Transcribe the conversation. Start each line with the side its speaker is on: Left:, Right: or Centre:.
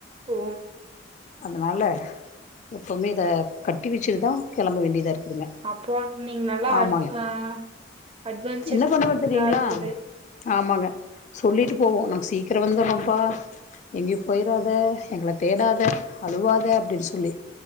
Right: ஓ
Left: அதனால எப்பவுமே இத கட்டி வெச்சுட்டுதா கெளம்ப வேண்டியதா இருக்குதுங்க
Right: அப்போ நீங்க நல்லா
Left: ஆமாங்க
Right: அட் ஆ அட்வென்ச்சர்
Left: என்ன பண்ணுவ தெரியூங்ளா
Right: இதா இருக்குது
Left: ஆமாங்க சொல்லிட்டு போவோ நாங் சீக்கிர வந்தர்ரோம்பா எங்யு போய்றாத எங்கள தேடாத அழுவாத அப்டின் சொல்லி